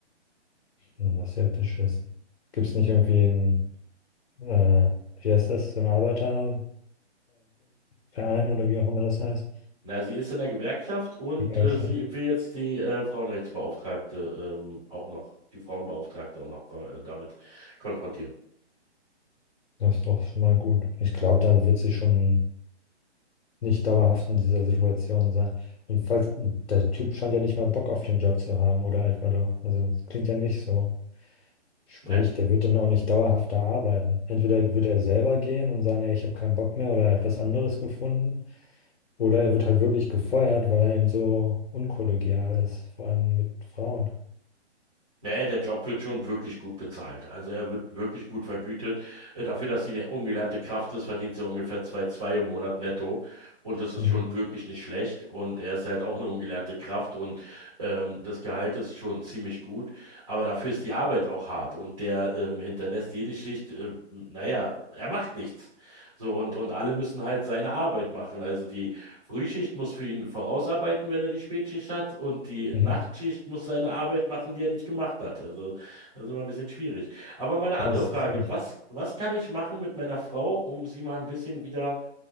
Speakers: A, on the left; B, on the right.
A: Hm, das ist ja beschissen. Gibt es nicht irgendwie einen, äh, wie heißt das, so einen Arbeiterverbund, Verein oder wie auch immer das heißt?
B: Na, sie ist in der Gewerkschaft und
A: Gewerkschaft?
B: äh, sie will jetzt die äh, Frauenrechtsbeauftragte ähm, auch noch, die Frauenbeauftragte auch noch äh, damit konfrontieren.
A: Das ist doch schon mal gut. Ich glaube, da wird sie schon nicht dauerhaft in dieser Situation sein. Und falls, der Typ scheint ja nicht mal Bock auf den Job zu haben, oder etwa doch. Also, es klingt ja nicht so. Sprich,
B: Na,
A: der wird dann auch nicht dauerhaft da arbeiten. Entweder wird er selber gehen und sagen, ey, ich habe keinen Bock mehr oder er hat was anderes gefunden. Oder er wird halt wirklich gefeuert, weil er eben so unkollegial ist, vor allem mit Frauen.
B: Naja, der Job wird schon wirklich gut bezahlt. Also er wird wirklich gut vergütet. Äh, Dafür, dass sie eine ungelernte Kraft ist, verdient sie ungefähr zwei Komma zwei im Monat netto. Und das ist
A: Mhm.
B: schon wirklich nicht schlecht. Und er ist halt auch eine ungelernte Kraft und ähm, das Gehalt ist schon ziemlich gut. Aber dafür ist die Arbeit auch hart. Und der ähm, hinterlässt jede Schicht, äh, naja, er macht nichts. So, und, und alle müssen halt seine Arbeit machen. Also die Frühschicht muss für ihn vorausarbeiten, wenn er die Spätschicht hat, und die Nachtschicht
A: Mhm.
B: muss seine Arbeit machen, die er nicht gemacht hat. Also das ist immer ein bisschen schwierig. Aber meine andere
A: Das
B: Frage,
A: ist echt.
B: was, was kann ich machen mit meiner Frau, um sie mal ein bisschen wieder